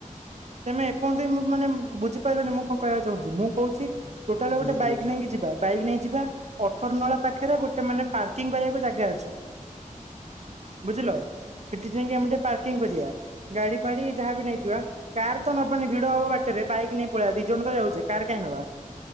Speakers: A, on the right (about 55°); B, on the left (about 15°).
A: ତମେ ଏପଯ୍ୟନ୍ତ
B: ଓହୋ
A: ମୁଁ ମାନେ ବୁଝିପାରିଲନି ମୁଁ କଣ କହିବାକୁ ଚାହୁଁଛି ମୁଁ କହୁଛି?
B: ହୁଁ ହୁଁ
A: ଟୋଟାଲ
B: ବୁଝିଲି
A: ଗୋଟେ ବାଇକ୍
B: ବୁଝିଲି
A: ନେଇକି ଯିବା। ବାଇକ୍ ନେଇଯିବା ଅଠର ନଳା ପାଖରେ ଗୋଟେ ମାନେ ପାର୍କିଂ କରିବାକୁ ଜାଗା ଅଛି? ବୁଝିଲ ସେଠି ଯାଇକି ଆମେ ଟିକେ ପାର୍କିଂ କରିବା ଗାଡି ଫାଡି ଯାହାବ ନେଇଥିବା। କାର ତ ନବନି ଭିଡ ହବ ବାଟରେ ବାଇକ୍ ନେଇ ପଳେଇବା ଦି ଜଣ ତ ଯାଉଛେ କାର କାଇହିଁ ନବା?